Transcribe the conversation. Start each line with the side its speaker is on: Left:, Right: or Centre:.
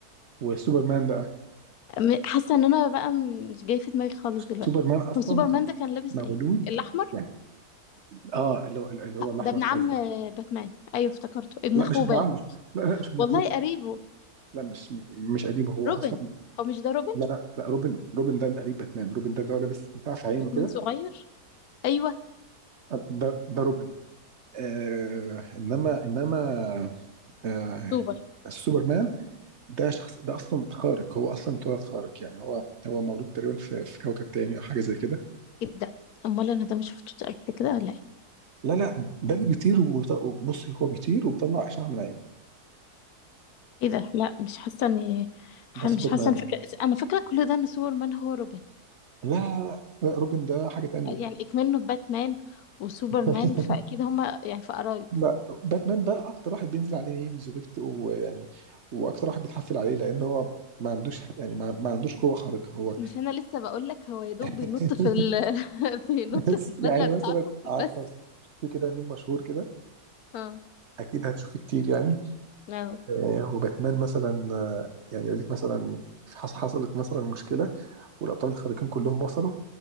Right: وسوبرمان بقى
Left: م- حاسة إن أنا بقى مش جاي في دماغي خالص دلوقتي
Right: سوبرمان اصلا
Left: هو سوبرمان ده كان لابس
Right: مولود
Left: إيه؟ الأحمر
Right: يعني اه اللي هو اللي هو الاحمر
Left: ده ابن عم
Right: الازرق
Left: آه، باتمان أيوه افتكرته ابن
Right: لا
Left: أخوه
Right: مش ابن
Left: باين
Right: عمه لا لا مش ابن
Left: والله
Right: اخوه
Left: قريبه
Right: لا مش مش قريبه هو
Left: روبن
Right: اصلا
Left: هو مش ده روبن
Right: لا لا لا روبن روبن ده اللي قريب باتمان روبن ده اللي هو لابس بتاع في عينه
Left: باتمان
Right: كده
Left: صغير ايوه
Right: آه، ده ده روبن آه انما انما آه
Left: سوبر
Right: سوبرمان ده شخص ده اصلا خارق هو اصلا اتولد خارق يعني هو هو مولود تقريبا في, في كوكب تاني او حاجه زي كده
Left: ايه ده امال انا ده مش شفتوش قبل كده ولا ايه
Right: لا لا ده اللي بيطير وبيط- وبص هو بيطير وبيطلع اشعه من عينه
Left: ايه ده لا مش حاسه اني ح-
Right: ده
Left: مش
Right: سوبرمان
Left: حاسه انا فاكره انا فاكره كل ده ان سوبرمان هو روبن
Right: لا لا لا, لا روبن ده حاجه تانية
Left: يعني اكمنه باتمان وسوبرمان
Right: <laughs>
Left: فاكيد هما يعني في قرايب
Right: لا باتمان ده اكتر واحد بينزل عليه ميمز وبيكت ويعني واكتر واحد بيتحفل عليه لان هو ما عندوش يعني ما, ما عندوش قوه خارقه هو
Left: مش انا لسه بقول لك هو يا دوب
Right: <laughs>
Left: بينط في ال... <laughs> بينط
Right: بس
Left: في البدله
Right: يعني
Left: بتاعته
Right: مثلا عارفه
Left: بس
Right: في كده ميم مشهور كده
Left: اه
Right: اكيد هتشوفيه كتير يعني
Left: اه
Right: آه، وباتمان مثلا آه، يعني يقول لك مثلا حص- حصلت مثلا مشكله والابطال الخارقين كلهم وصلوا